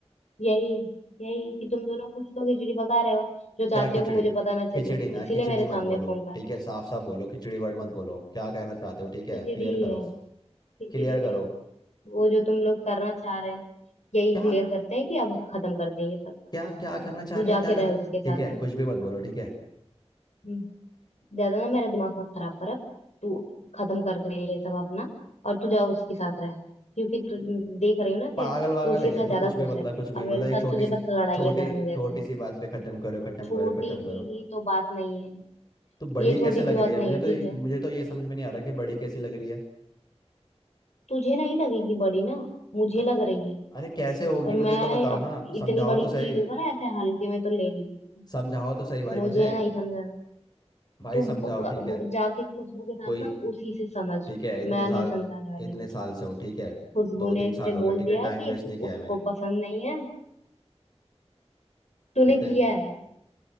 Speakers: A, on the left; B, on the left.
A: यही यही कि तुम दोनों कुछ तो खिचड़ी पका रहे हो जो चाहते
B: क्या खिचड़ी
A: हो कि मुझे पता ना
B: खिचड़ी
A: चले
B: ना
A: इसीलिए
B: खिचड़ी
A: मेरे सामने
B: मत बोलो
A: फोन काटा
B: ठीक है साफ साफ बोलो खिचड़ी वर्ड मत बोलो क्या कहना चाहते हो ठीक है
A: खिचड़ी
B: क्लियर करो
A: है खिचड़ी
B: क्लियर करो
A: है वो जो तुम लोग करना चाह रहे हैं यही
B: क्या
A: क्लियर करते हैं कि अब खत्म करते हैं ये सब
B: क्या क्या करना चाह
A: तू
B: रहे
A: जाके
B: हैं क्या करना
A: रहे उसके साथ
B: ठीक है
A: में
B: कुछ भी मत बोलो ठीक है
A: हम्म, ज्यादा ना मेरा दिमाग मत खराब कर अब तू खत्म करते हैं ये सब अपना और तू जाओ उसके साथ रह क्योंकि तू देख रही हो ना
B: पागल
A: कि
B: वागल
A: तू उसके
B: है क्या
A: साथ
B: तो
A: ज्यादा
B: कुछ भी
A: खुश
B: मतलब
A: है
B: कुछ भी
A: और
B: मतलब
A: मेरे
B: एक
A: साथ
B: छोटी
A: तुझे
B: सी
A: बस लड़ाइयाँ
B: छोटी
A: करने देती
B: छोटी
A: है
B: सी बात पे खत्म करो खत्म
A: छोटी
B: करो खत्म
A: सी
B: करो
A: ही तो बात नहीं है
B: तो बड़ी
A: ये
B: कैसे
A: छोटी
B: लग
A: सी बात
B: रही है
A: नहीं
B: मुझे
A: है
B: तो
A: ठीक
B: ये-
A: है
B: मुझे तो ये समझ में नहीं आ रहा कि बड़ी कैसी लग रही है
A: तुझे नहीं लगेगी बड़ी ना मुझे
B: अ-
A: लग रही है
B: अरे कैसे होगी
A: और मैं
B: मुझे तो बताओ
A: अब
B: ना समझाओ
A: इतनी बड़ी
B: तो सही
A: चीज होगा ना ऐसे हल्के में तो ले नहीं सकती
B: समझाओ तो सही भाई
A: मुझे
B: मुझे
A: नहीं समझा
B: भाई
A: तो
B: समझाओ
A: ब-
B: ठीक है
A: वो जाके खुशबू के साथ
B: कोई
A: ना उसी से समझ
B: ठीक है इतने
A: मैं
B: साल
A: नहीं समझाने वाली
B: इतने
A: कुछ
B: साल से हूँ ठीक है
A: खुशबू
B: दो
A: ने
B: तीन
A: इससे
B: साल हो
A: बोल
B: गए ठीक
A: दिया
B: है टाइम
A: कि
B: वेस्ट
A: इस,
B: नहीं किया
A: उसको
B: है मैंने
A: पसंद नहीं है तूने
B: इतने
A: किया है